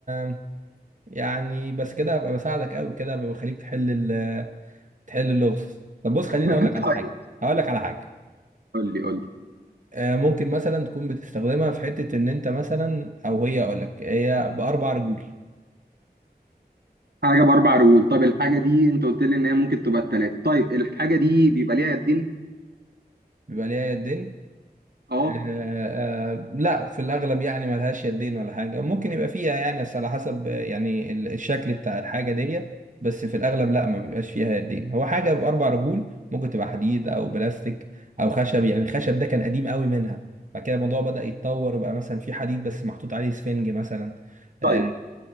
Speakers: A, on the right; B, on the right.
A: آه، يعني بس كده هبقى بساعدك قوي كده هبقى بخليك تحل ال- تحل اللغز طب بص خليني
B: <laughs>
A: اقول لك على
B: طيب
A: حاجه هقول لك على حاجه
B: قول لي قول لي
A: آه، ممكن مثلا تكون بتستخدمها في حته ان انت مثلا او هي اقول لك هي باربع رجول
B: حاجة بأربع رجول طب الحاجة دي أنت قلت لي إن هي ممكن تبقى التلاتة طيب الحاجة دي بيبقى ليها يدين؟
A: بيبقى ليها يدين
B: اه
A: آه، آه، لا في الأغلب يعني ملهاش يدين ولا حاجة ممكن يبقى فيها يعني بس على حسب آه، يعني ال- الشكل بتاع الحاجة دي بس في الأغلب لا ما بيبقاش فيها يدين هو حاجة بأربع رجول ممكن تبقى حديد أو بلاستيك أو خشب يعني الخشب ده كان قديم قوي منها بعد كده الموضوع بدأ يتطور بقى مثلا في حديد بس محطوط عليه سفنج مثلا آه،
B: طيب